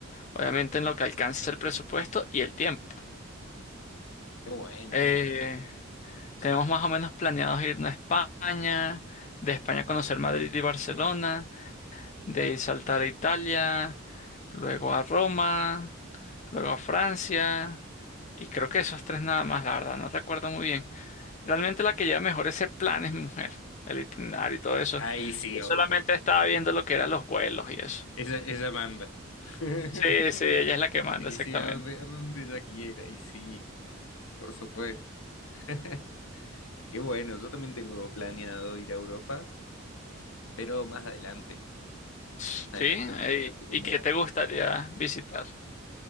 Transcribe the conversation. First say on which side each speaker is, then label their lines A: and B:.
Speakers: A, on the left; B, on the left.
A: obviamente en lo que alcance el presupuesto y el tiempo.
B: Qué bueno.
A: Eh, tenemos más o menos planeados irnos a España, de España conocer Madrid y Barcelona, de ahí saltar a Italia, luego a Roma, luego a Francia, y creo que esos tres nada más, la verdad, no recuerdo muy bien. Realmente la que lleva mejor ese plan es mi mujer, el itinerario y todo eso.
B: Ahí sí,
A: Yo
B: obvio.
A: solamente estaba viendo lo que eran los vuelos y eso.
B: Ella, ella manda. <laughs>
A: Sí, sí, ella es la que manda
B: Sí,
A: exactamente.
B: sí, a donde, a donde ella quiera. Ahí sí, por supuesto. <laughs> Qué bueno. Yo también tengo planeado ir a Europa, pero más adelante.
A: Sí,
B: Más adelante, más
A: ey,
B: adelante. Como
A: ¿y qué te gustaría visitar?